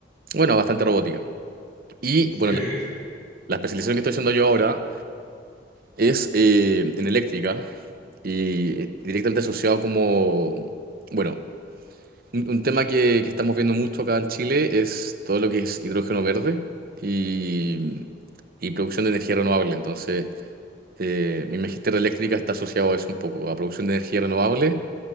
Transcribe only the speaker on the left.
Sí,
sí, sí.